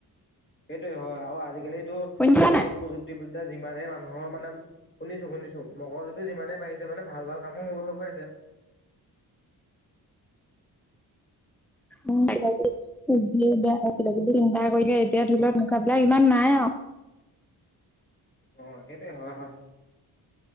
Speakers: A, on the left; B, in the centre.
A: সেইটোৱে হয় আৰু আজিকালিটো
B: শুনিছা
A: উন্নত
B: নাই?
A: প্ৰযুক্তিবিদ্যা যিমানে মানুহৰ মানে শুনিছোঁ, শুনিছোঁ, মগৰজুটো যিমানেই বাঢ়িছে মানে ভাল ভাল কামো হৈ গৈ আছে।
B: উম, <unintelligible> দিয়ে বেয়া কিবা কিবি চিন্তা কৰিলে এতিয়া ধৰি লওঁক <unintelligible> বিলাক ইমান নাই আৰু। <inaudible>
A: অ', সেইটোৱে হয়, হয়।